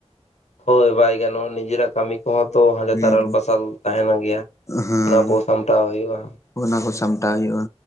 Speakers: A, on the left (about 80°); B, on the left (about 25°).
A: ᱦᱳᱭ ᱵᱟᱭ ᱜᱟᱱᱚᱜᱼᱟ ᱱᱤᱡᱮᱨᱟᱜ ᱠᱟᱹᱢᱤ ᱠᱚᱦᱚᱸ ᱛᱚ ᱦᱟᱱᱰᱮ
B: ᱦᱩᱸ
A: ᱛᱟᱨᱟᱞ ᱵᱟᱥᱟᱞ ᱛᱟᱦᱮᱱ ᱜᱮᱭᱟ᱾
B: ᱦᱮᱸ
A: ᱚᱱᱟ ᱠᱚ ᱥᱟᱢᱴᱟᱣ ᱦᱩᱭᱩᱜᱼᱟ
B: ᱚᱱᱟ ᱠᱚ ᱥᱟᱢᱴᱟᱣ ᱦᱩᱭᱩᱜᱼᱟ